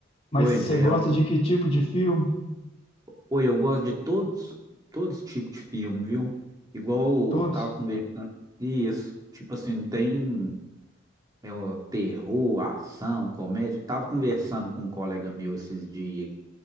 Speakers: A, on the left (about 30°); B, on the right (about 20°).
A: Mas
B: Pois
A: você
B: é,
A: gosta
B: eu tô-
A: de que tipo de filme?
B: Oi, eu gosto de todos, todos os tipos de filme, viu? Igual
A: Todos?
B: eu tava conversando. Isso, tipo assim, não tem. É o terror, ação, comédia. Eu tava conversando com um colega meu esses dias.